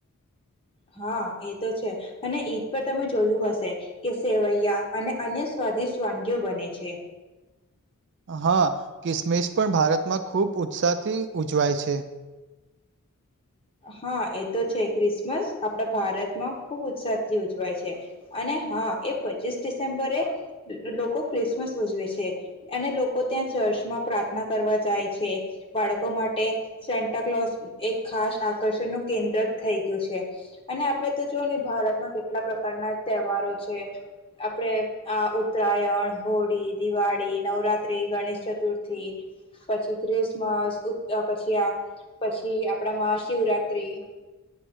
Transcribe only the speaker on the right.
હા, ક્રિસમિસ પણ ભારતમાં ખૂબ ઉત્સાહથી ઉજવાય છે.